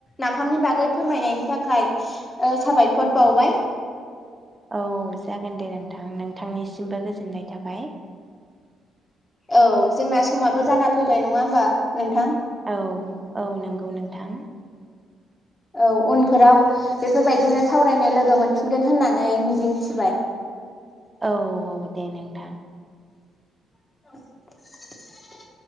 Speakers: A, on the left (about 25°); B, on the right (about 20°).
A: नाफामनि बागै फोरमायनायनि थाखाय ओ साबायखर बावबाय
B: औ जागोन दे नोंथां नोंथांनिसिमबो गोजोननाय थाबाय
A: औ जोंना समाबो जाना फैबाय नङा होमबा नोंथां
B: औ औ नोंगौ नों थां
A: औ उनफोराव बेफोर बायदिनो सावरायनो लोगो मोनफिनगोन होननानै मिजिं थिबाय
B: औ औ दे नोंथां
A: औ